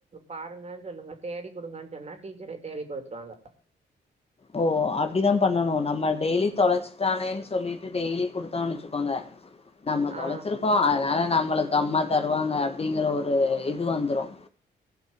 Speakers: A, on the right; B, on the left.
A: பாருங்கன்னு சொல்லுங்க தேடி குடுங்கன்னு சொன்னா டீச்சரே தேடி கொடுத்துருவாங்க
B: ஓ அப்டிதான் பண்ணணும் நம்ம டெய்லி தொலைச்சி தானே சொல்லிட்டு டெய்லி குடு த்தோன் வச்சுக்கோங்க நம்ம
A: ஆ
B: தொலைச்சிருக்கோம் அதனால நம்மளுக்கு அம்மா தருவாங்க அப்படிங்கிறஒரு இது வந்துரும்